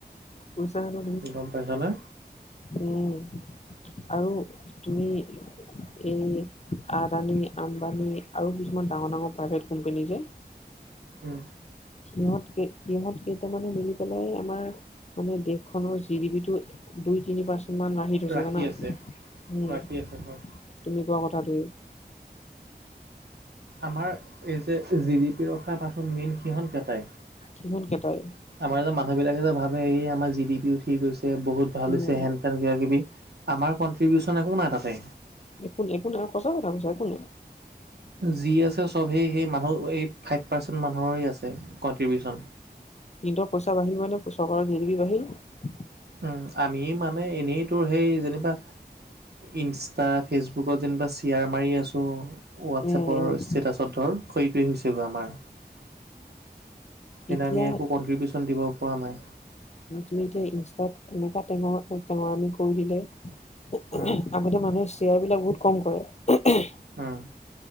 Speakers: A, on the left; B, on the right.
A: পইচানে
B: গম পাইছনে
A: উম আৰু তুমি এই আদানী আম্বানি আৰু কিছুমান ডাঙৰ ডাঙৰ প্ৰাইভেট কোম্পেনী যে
B: উম
A: সিহঁত ক সিহঁত কেইটামানে মিলি পেলাই আমাৰ মানে দেশখনৰ জি ডি বি টো দুই তিনি পাৰ্চেন্ট মান আহিল জনা
B: ৰাখি আছে
A: তুমি
B: ৰাখি আছে হয়
A: কোৱা কথাটোয়ে
B: আমাৰ এই যে জিদিপি ৰখা পাত মেইন সিহত কেইটাই
A: সিহঁত কেইটাই
B: আমাৰ যে মানুহ বিলাকে যে ভাল ত এই আমাৰ জি ডি পি উঠি গৈছে বহুত ভাল
A: উম
B: হৈছে হেণ তেন কিবা কিবি আমাৰ কনট্ৰিবউচন একো নাই তাতে
A: এক একো আৰু সঁচা কথা কৈছো একো নাই।
B: যি আছে চব সেই সেই মানুহ এই ফাইভ পাৰ্চেণ্ট মানুহৰেই আছে কণ্ট্ৰিবিউচন
A: কিন্তৰ পইচা বাঢ়িল মানে চৰকাৰৰ জি ডি পি বাঢ়ি-
B: উম আমি মানে এনেই তোৰ সেই যেনিবা ইনষ্টা ফেচবুকত যেনিবা চি য়াৰ মাৰি আছোঁ হোৱাটছএপৰ
A: উম উম
B: ষ্টেটাছত ধৰ সেইটোৱেই হৈছেগৈ আমাৰ তেনে
A: এতিয়া
B: আমি একো কণ্ট্ৰিবিউচন দিব পৰা নাই।
A: তুমি এতিয়া ইনষ্ট্ৰাত এনেকুৱা টেঙ--টেঙৰামি কৰি দিলে। <unintelligible>
B: উম,
A: আগতে মানুহে শ্বেয়াৰবিলাক বহুত কম কৰে।
B: হয়।